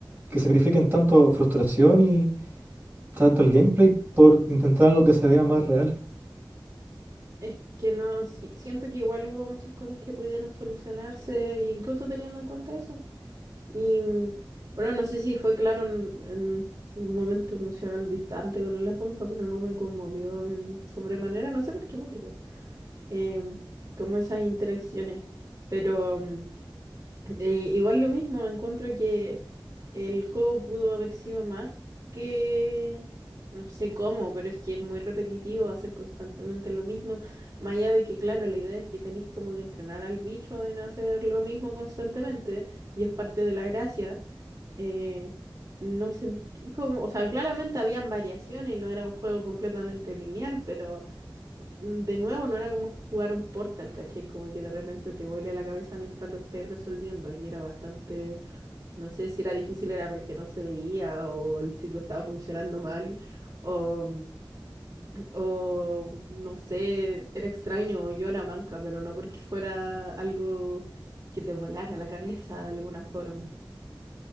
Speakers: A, on the right; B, on the right.
A: Que sacrifiquen tanto frustración y tanto el gameplay por intentar algo que se vea más real.
B: Es que no, si- siento que igual hubo muchas cosas que pudieron solucionarse, e incluso teniendo en cuenta eso. Y mm, bueno, no sé si fue claro en, en un momento emocional distante con el asunto, pero no me conmovió en sobremanera, no sé por qué motivo, em, como esas interacciones. Pero mm, eh, igual lo mismo, encuentro que el juego pudo haber sido más que... No sé cómo, pero es que es muy repetitivo hacer constantemente lo mismo. Más allá de que, claro, la idea es que tenéis como que entrenar al bicho en hacer lo mismo constantemente, y es parte de la gracia. eh, no sentí como, o sea, claramente habían variaciones y no era un juego completamente lineal, pero mm, de nuevo no era como jugar un Portal, ¿cachai? Como que de repente te vuele la cabeza mientras lo estés resolviendo. Aquí era bastante no sé si era difícil, era porque no se veía o el trigo estaba funcionando mal o, o no sé, era extraño, o yo era manca, pero no porque fuera algo que te volara la cabeza de alguna forma.